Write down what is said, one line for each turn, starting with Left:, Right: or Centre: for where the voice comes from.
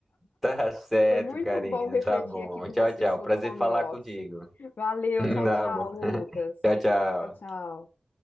Centre: Tá certo,
Left: Foi muito
Centre: Karina.
Left: bom refletir
Centre: Tá bom.
Left: aqui com
Centre: Tchau,
Left: você
Centre: tchau.
Left: sobre
Centre: Prazer
Left: o home
Centre: falar
Left: office.
Centre: contigo.
Left: Valeu,
Centre: <laughs>
Left: tchau,
Centre: Tá
Left: tchau,
Centre: bom.
Left: Lucas.
Centre: Tchau, tchau.
Left: Tchau, tchau.